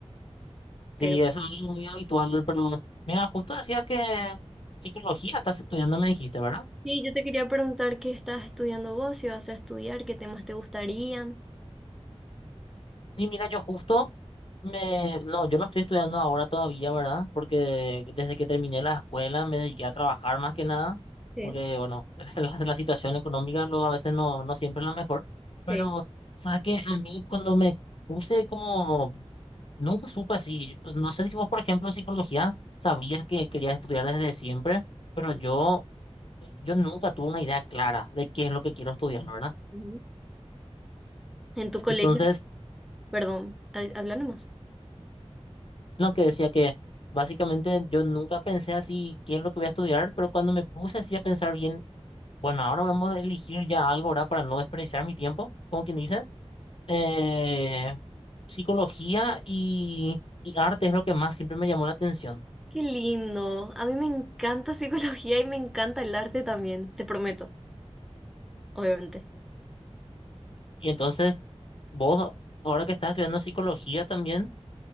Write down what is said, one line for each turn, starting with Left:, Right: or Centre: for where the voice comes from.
Centre: pero...
Left: Sí, eso es algo muy habitual, pero mira, justo decías que psicología estás estudiando, me dijiste, ¿verdad?
Centre: Sí, yo te quería preguntar qué estás estudiando vos, si vas a estudiar, qué temas te gustarían.
Left: Sí, mira, yo justo Me, no, yo no estoy estudiando ahora todavía, ¿verdad? Porque desde que terminé la escuela me dediqué a trabajar más que nada,
Centre: Sí,
Left: porque, bueno, <laughs> la, la situación económica no, a veces no, no siempre es la mejor, pero,
Centre: sí.
Left: ¿sabes qué? A mí cuando me puse como, nunca supe así, pues, no sé si vos, por ejemplo, en psicología, sabías que querías estudiar desde siempre, pero
Centre: sí.
Left: yo, yo nunca tuve una idea clara de qué es lo que quiero estudiar, ¿verdad?
Centre: Ujú. En tu colegio,
Left: Entonces...
Centre: perdón, ha- habla nomás.
Left: No, que decía que básicamente yo nunca pensé así qué es lo que voy a estudiar, pero cuando me puse así a pensar bien, bueno, ahora vamos a elegir ya algo, ¿verdad? Para no desperdiciar mi tiempo, como quien dice. eh, psicología y, y arte es lo que más siempre me llamó la atención.
Centre: Qué lindo. A mí me encanta <laughs> psicología y me encanta el arte también, te prometo, obviamente.
Left: Y entonces, vos, ahora que estás estudiando psicología también,